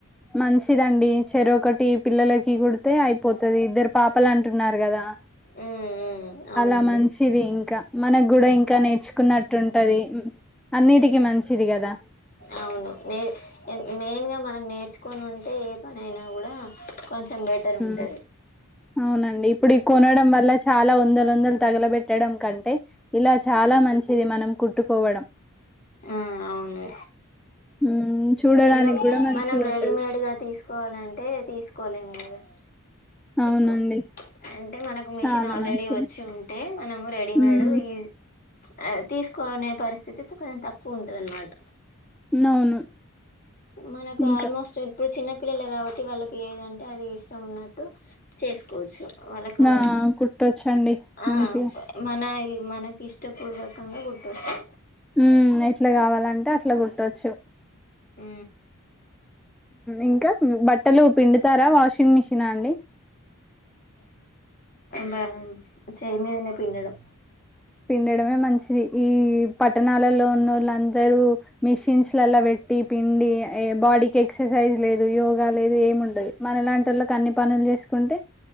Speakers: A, in the centre; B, on the left.
A: మంచిదండి చెరి ఒకటి పిల్లలకి కుడితే అయిపోతది ఇద్దరు పాపలు అంటున్నారు కదా
B: ఉమ్ ఉమ్ అవునండి
A: అలా మంచిది ఇంకా మనకు కూడా ఇంకా నేర్చుకో కున్నట్టు ఉంటది అన్నిటికి మంచిది కదా
B: అవును నే మెయిన్ గా మనకు నేర్చుకొనింటే ఏ పని అయినా కూడా కొంచెం బెటర్
A: హు
B: ఉంటది
A: అవునండి ఇప్పుడు ఈ కొనడం వల్ల చాలా వంద వందలు తగలబెట్టడం కంటే ఇలా
B: హు
A: చాలా మంచిది మనం కుట్టుకోవడం
B: ఆ అవును
A: మ్మ్ చూడడానికి
B: ఇంకా
A: కూడా మంచిగా
B: మనం రెడీమేడ్గా
A: ఉంటది
B: తీసుకోవాలంటే తీసుకోలేం కదా
A: అవునండి
B: ఎక్కువ అంటే మనకు మిషన్
A: చాలా
B: ఆల్రెడీ
A: మంచిది
B: వచ్చి ఉంటే మనం రెడీమేడ్
A: మ్మ్
B: ఈ ఆ తీసుకునే పరిస్థితి కొంచెం తక్కువ ఉంటది అన్నమాట
A: అవును
B: మనకు
A: ఇంకా
B: ఆల్మోస్ట్ ఇప్పుడు చిన్న పిల్లలు కాబట్టి వాళ్ళకి ఏదంటే అది ఇష్టం ఉన్నట్టు చేసుకోవచ్చు వాళ్ళకు
A: ఆ కుట్టొచ్చండి
B: ఆ
A: మంచిగా
B: మన మనకి ఇష్టపూర్వకంగా కుట్టోచ్చు
A: హు ఎట్లా కావాలంటే అట్లా కుట్టొచ్చు
B: హు
A: ఇంకా బట్టలు పిండుతారా వాషింగ్ మిషిన్ అండి
B: అబా చైమీదనే పిండడం
A: పిండడమే మంచిది ఈ పట్టణాలలో ఉన్న వాళ్ళందరూ మిషిన్స్లలా పెట్టి పిండి బాడీకి ఎక్సర్సైజ్ లేదు యోగా లేదు ఏమి ఉండదు మనలాంటి వాళ్ళకి అన్ని పనులు చేసుకుంటే